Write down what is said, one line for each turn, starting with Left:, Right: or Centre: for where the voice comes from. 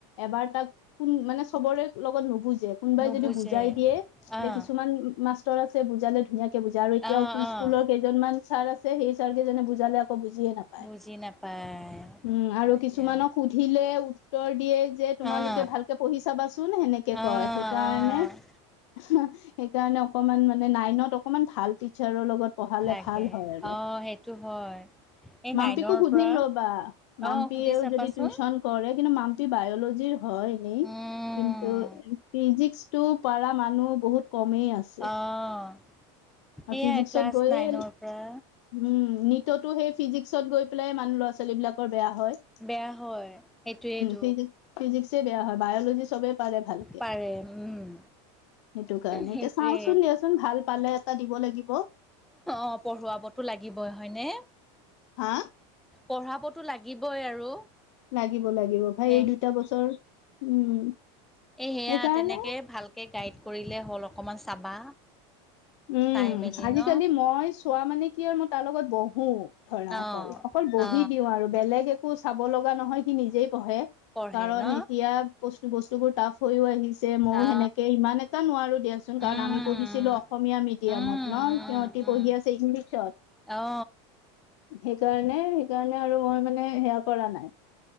Left: এবাৰ তাক কোন মানে চবৰে লগত নুবুজে। কোনোবাই
Centre: নুবুজে
Left: যদি বুজাই দিয়ে এতিয়া
Centre: অঁ
Left: কিছুমান মাষ্টৰ আছে বুজালে ধুনীয়াকে বুজে আৰু এতিয়াও
Centre: অঁ
Left: সি
Centre: অঁ
Left: স্কুলৰ কেইজনমান ছাৰ আছে, সেই ছাৰকেইজনে বুজালে আকৌ বুজিয়ে নাপায়।
Centre: বুজি নাপায়।
Left: উ উম, আৰু
Centre: হয়
Left: কিছুমানক
Centre: দিয়া
Left: সুধিলে উত্তৰ দিয়ে যে তোমালোকে
Centre: অ',
Left: ভালকে পঢ়ি চাবাচোন সেনেকে
Centre: অ',
Left: কয়। সেইকাৰণে
Centre: অ'।
Left: সেইকাৰণে অকমান মানে নাইনত অকমান ভাল টিচাৰৰ লগত পঢ়ালে
Centre: লাগে
Left: ভাল
Centre: অ'
Left: হয় আৰু
Centre: সেইটো হয়। এই
Left: মাম্পীকো
Centre: নাইনৰ
Left: সুধিম
Centre: পৰা
Left: ৰ'বা, মাম্পীয়েও
Centre: অ', সুধি চাবাচোন
Left: যদি টিউচন কৰে কিন্তু মাম্পি বায়লজিৰ হয় এনেই
Centre: উম,
Left: কিন্তু ফিজিক ফিজিকটো পাৰা মানুহ বহুত কমেই আছে।
Centre: অ' সেইয়াই
Left: আৰু ফিজিক্সত
Centre: ক্লাছ
Left: গৈয়ে
Centre: নাইনৰপৰা
Left: উম, নিটতো সেই ফিজিক্সত গৈ পেলাই মানুহ ল'ৰা ছোৱালীবিলাকৰ বেয়া হয়।
Centre: বেয়া হয়, সেইটোৱে
Left: ফিজ-ফিজিক্সে বেয়া হয়, বায়'লজি চবে পাৰে ভাল।
Centre: পাৰে উম,
Left: সেইটো কাৰণে,
Centre: সেইটোৱে
Left: এতিয়া চাওচোন, দিয়াচোন ভাল পালে এটা দিব লাগিব।
Centre: অ' পঢ়ুৱাবতো লাগিবই হয়নে?
Left: হা?
Centre: পঢ়াবতো লাগিবই আৰু।
Left: লাগিব লাগিব, বা
Centre: এ
Left: এই দুটা বছৰ উম।
Centre: এই সেয়া
Left: সেইকাৰণে
Centre: তেনেকৈ ভালকৈ গাইড কৰিলে হ'ল। অকণমান চাবা
Left: উম
Centre: চাই মেলি
Left: আজিকালি,
Centre: ন
Left: মই চোৱা মানে কি আৰু মই তাৰ লগত বহো। ধৰা
Centre: অ
Left: অকল অকল বহি
Centre: অ
Left: দিওঁ আৰু বেলেগ একো চাব লগা নহয় কি নিজেই পঢ়ে।
Centre: পঢ়ে
Left: কাৰণ
Centre: ন
Left: এতিয়া বস্তু বস্তু বোৰ টাফ হৈও আহিছে মইো
Centre: অ
Left: সেনেকে ইমান নোৱাৰো দিয়কচোন কাৰণ
Centre: উম
Left: আমি পঢ়িছিলো। অসমীয়া মিডিয়ামত
Centre: উম
Left: ন
Centre: উম
Left: সিহঁতি
Centre: উম
Left: পঢ়ি আছে ইংলিছত
Centre: অ
Left: সেইকাৰণে সেইকাৰণে আৰু মই মানে সেয়া কৰা নাই।